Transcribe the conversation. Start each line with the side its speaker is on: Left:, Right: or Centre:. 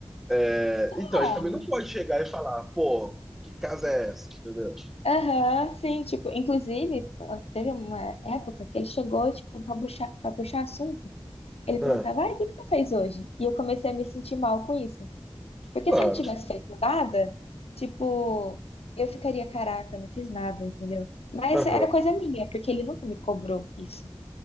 Centre: É,
Left: é.
Centre: então, ele também não pode chegar e falar, pô, que casa é essa? Entendeu?
Left: Aham, sim. Tipo, inclusive, teve uma época que ele chegou, tipo, pra puxar, pra puxar assunto. Ele perguntava,
Centre: Ah,
Left: ai, o que que você fez hoje? E eu comecei a me sentir mal com isso. Porque
Centre: claro.
Left: se eu não tivesse feito nada, tipo, eu ficaria, caraca, não fiz nada, entendeu? Mas
Centre: Aham.
Left: era coisa minha, porque ele nunca me cobrou isso.